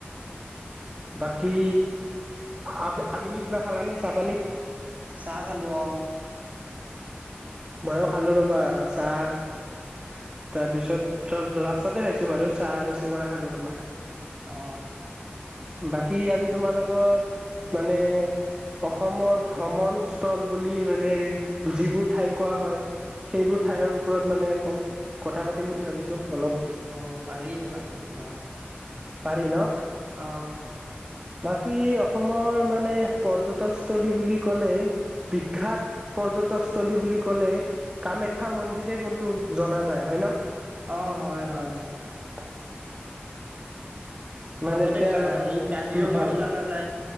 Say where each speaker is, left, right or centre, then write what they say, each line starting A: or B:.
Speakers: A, on the right; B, on the right.
A: বাকী আ আবেলি কিবা খালানে চাহ পানী?
B: চাহ খালো অ।
A: মইয়ো খালো ৰবা চাহ তাৰপিছত ৰাস্তাতে খাইছো বাৰু চাহ আৰু চিঙৰা খালো ৰবা।
B: অ।
A: বাকী আজি তোমাৰ লগত মানে অসমৰ ভ্ৰমণস্থল বুলি মানে যিবোৰ ঠাইক কোৱা হয় সেইবোৰ ঠাইৰ ওপৰত মানে কথা পাতিম বুলি ভাবিছো অলপ।
B: অ পাৰিও পাতিবলে অহ।
A: পাৰি ন?
B: অ।
A: বাকী অসমৰ মানে পৰ্যটকস্থলী বুলি ক'লে বিখ্যাত পৰ্যটকস্থলী বুলি ক'লে কামাখ্যা মন্দিৰেই কোনটো জনা যায় হয় ন?
B: অ হয় হয়।
A: <unintelligible> মানে
B: লগতে
A: তে
B: কা হেৰি কাজিৰঙাও
A: হয়
B: জানা যায়